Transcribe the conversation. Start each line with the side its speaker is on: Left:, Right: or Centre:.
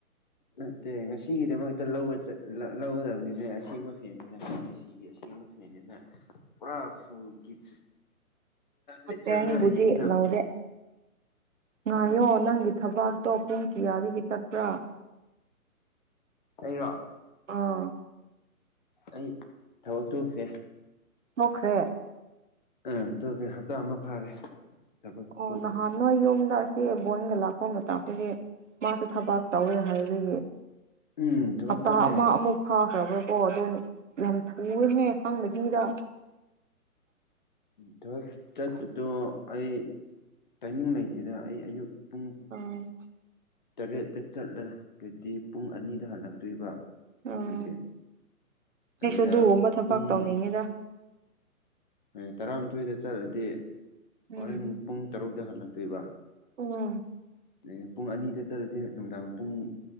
Left: ꯅꯠꯇꯦ ꯉꯁꯤꯒꯤꯗꯃꯛꯇ ꯂꯧꯒꯗꯕꯅꯤꯅꯦ ꯑꯁꯦꯡꯕ ꯐꯦꯟꯅꯤꯅ ꯈꯁꯦ ꯁꯤ ꯁꯤꯕ ꯐꯅꯤꯅ ꯄꯨꯔꯥ ꯐꯨꯜ ꯀꯆ
Right: ꯍꯥꯄꯦꯟꯕꯨꯗꯤ
Left: ꯠꯠ ꯆꯠꯂ ꯌꯦꯡꯗꯕꯅꯤꯅꯦ
Right: ꯂꯧꯗꯦ ꯉꯥꯏꯌꯣ ꯅꯪꯒꯤ ꯊꯕꯥꯛꯇꯣ ꯄꯨꯡ ꯀꯌꯥꯗꯒꯤ ꯆꯠꯄ꯭ꯔꯥ
Left: ꯑꯩꯔꯣ
Right: ꯑꯥ
Left: ꯑꯩ ꯊꯕ ꯇꯨꯁꯦ
Right: ꯃꯈ꯭ꯔꯦ
Left: ꯑ ꯇ ꯀꯩ ꯍꯞꯇꯥ ꯑꯃ ꯐꯥꯔꯦ ꯊꯕꯛ
Right: ꯑꯣ
Left: ꯇꯣꯛꯄꯗꯣ
Right: ꯅꯍꯥꯟ ꯅꯋꯥ ꯌꯨꯝꯝꯗ ꯁꯤ ꯕꯣꯟꯒ ꯂꯥꯛꯄ ꯃꯇꯥꯡꯗꯗꯤ ꯃꯍꯥꯛꯇ ꯊꯕꯥꯛ ꯇꯧꯔꯦ ꯍꯥꯏꯕꯒꯤ
Left: ꯎꯝ ꯊꯕꯛ
Right: ꯑꯇꯥ
Left: ꯆꯠꯂꯦ
Right: ꯑꯃ ꯑꯃꯨꯛ ꯐꯥꯈ꯭ꯔꯕ꯭ꯔꯥꯀꯣ ꯑꯗꯨꯣ ꯌꯥꯝ ꯊꯨꯔꯍꯦ ꯍꯪꯕꯒꯤꯗ
Left: ꯊꯕꯛ ꯆꯠꯄꯗꯣ ꯑꯩ ꯇꯥꯏꯃꯤꯡ ꯂꯩꯇꯦꯗ ꯑꯩ ꯑꯌꯨꯛ ꯄꯨꯡ
Right: ꯎꯝ
Left: ꯇꯔꯦꯠꯇ ꯆꯠꯂꯒꯗꯤ ꯄꯨꯡ ꯑꯅꯤꯗ ꯍꯜꯂꯛꯇꯣꯏꯕ
Right: ꯑꯥ
Left: ꯅꯨꯡꯊꯜ ꯑꯗꯨꯗ
Right: ꯑꯩꯁꯨ ꯑꯗꯨꯒꯨꯝꯕ ꯊꯕꯛ
Left: ꯄꯨꯡ
Right: ꯇꯧꯅꯤꯡꯉꯤꯗ
Left: ꯍꯣꯏ ꯇꯔꯥꯃꯥꯊꯣꯏꯗ ꯆꯠꯂꯗꯤ
Right: ꯎꯝ
Left: ꯍꯣꯔꯦꯟ ꯄꯨꯡ ꯇꯔꯨꯛꯇ ꯍꯜꯂꯛꯇꯣꯏꯕ
Right: ꯎꯝ
Left: ꯑ ꯄꯨꯡ ꯑꯅꯤꯗ ꯆꯠꯂꯗꯤ ꯅꯨꯡꯗꯥꯡ ꯄꯨꯡ